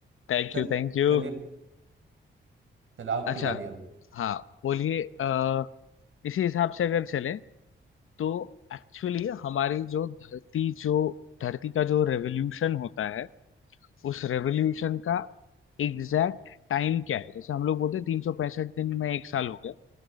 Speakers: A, on the left; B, on the right.
A: Thank
B: चल
A: you thank you
B: चलिए चलो आपकी
A: अच्छा
B: बारी अब
A: हाँ बोलिए अ, इसी हिसाब से अगर चले तो एक्चुअली हमारी जो धरती जो धरती का जो रेवोल्यूशन होता है उस रेवोल्यूशन का एग्जैक्ट टाइम क्या है जैसे हम लोग बोलते हैं तीन सौ पैंसठ दिन में एक साल हो गया